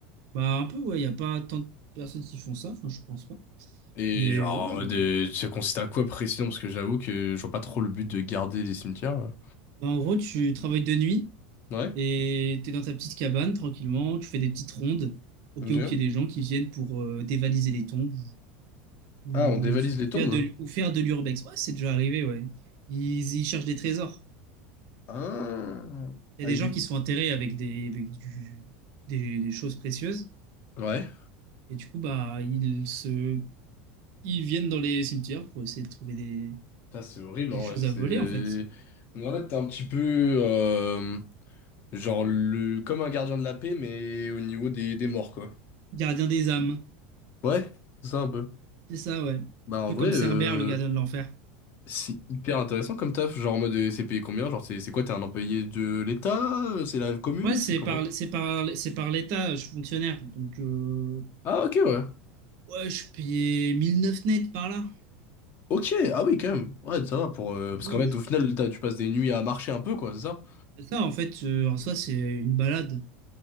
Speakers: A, on the right; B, on the left.
A: Bah un peu, ouais, il n'y a pas tant de personnes qui font ça, enfin je pense pas.
B: Et
A: Mais
B: genre,
A: ouais, euh,
B: en mode, euh, ça consiste à quoi précisément? Parce que j'avoue que je vois pas trop le but de garder des cimetières. là.
A: bah en gros tu travailles de nuit
B: Ouais.
A: et t'es dans ta petite cabane tranquillement, tu fais des petites rondes au
B: Ok.
A: cas où il y ait des gens qui viennent pour euh, dévaliser les tombes ou,
B: Ah, on dévalise
A: ou
B: les tombes?
A: faire de, ou faire de l'urbex. Ouais, c'est déjà arrivé, ouais. Ils, ils cherchent des trésors.
B: Ah.
A: Il
B: Avec
A: y a des gens
B: des...
A: qui sont enterrés avec des, avec du- des des choses précieuses.
B: Ouais.
A: Et du coup, bah, ils se ils viennent dans les cimetières pour essayer de trouver des,
B: Putain, c'est horrible,
A: des
B: en
A: choses
B: vrai. C'est...
A: à voler, en fait.
B: Donc, En fait, t'es un petit peu... euh, genre, le... comme un gardien de la paix, mais au niveau des, des morts, quoi.
A: Gardien des âmes.
B: Ouais, c'est ça un peu.
A: C'est ça, ouais. Un
B: Bah, en
A: peu
B: vrai...
A: comme Cerbère,
B: euh,
A: le gardien de l'enfer.
B: C'est hyper intéressant comme taf, genre en mode euh, c'est payé combien? Genre c'est c'est quoi, t'es un employé de l'État? euh, C'est la commune?
A: Ouais, c'est
B: C'est comment?
A: par, c'est par, c'est par l'État, je suis fonctionnaire. Donc, euh,
B: Ah ok ouais.
A: ouais, je payais 1009 net par là.
B: Ok, ah oui quand même. Ouais, ça va pour... euh, Parce
A: Oui,
B: qu'en fait au final t'as- tu passes des nuits à marcher un peu quoi, c'est ça?
A: c'est ça, en fait. euh, en soi, c'est une balade.